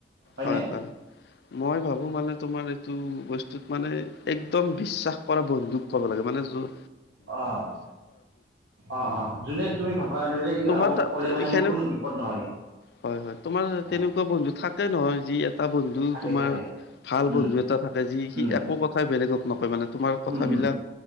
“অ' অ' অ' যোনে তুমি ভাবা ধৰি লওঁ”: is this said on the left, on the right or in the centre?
Right